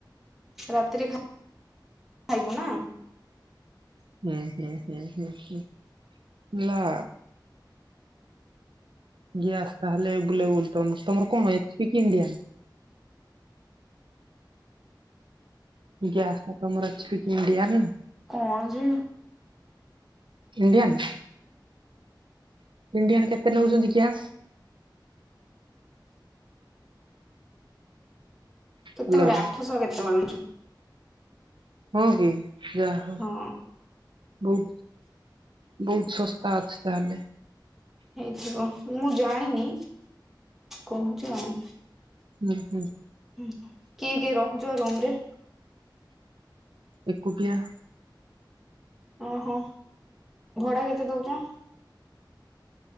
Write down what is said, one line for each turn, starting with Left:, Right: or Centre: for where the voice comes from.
Centre: ରାତିରେ ଖାଇବୁ ନା।
Right: ହୁଁ ହୁଁ ହୁଁ ହଁ ନା। ଗ୍ୟାସ୍ ତାହେଲେ ବୁଲେ ବଲ ତମର କଣ ଏଚ୍ କି ଇଣ୍ଡିଆ? ଗ୍ୟାସ୍ ଟା ତମର ଏଚ୍ କି ଇଣ୍ଡିଆନ।
Centre: କଣ ଯେ।
Right: ଇଣ୍ଡିଆନ୍। ଇଣ୍ଡିଆନ୍ କେତେ ନେଉଛନ୍ତି ଗ୍ୟାସ?
Centre: କେତେ
Right: ହ୍ୟାଲୋ
Centre: ଗୁଡେ ଆଠଶହ କେତେ ଗୋ
Right: ହଁ କି ଯା ହଉ।
Centre: ହଁ
Right: ବହୁତ ବହୁତ ଶସ୍ତା ଅଛି ତାହେଲେ।
Centre: ହେଇଥିବ ମୁଁ ଜାଣିନି କହୁଛି ଆଉ।
Right: ଉ ହୁଁ।
Centre: ହୁଁ କିଏ କିଏ ରହୁଛ ରୁମ ରେ।
Right: ଏକୁଟିଆ।
Centre: ଓହୋ ଭଡା କେତେ ଦଉଛ?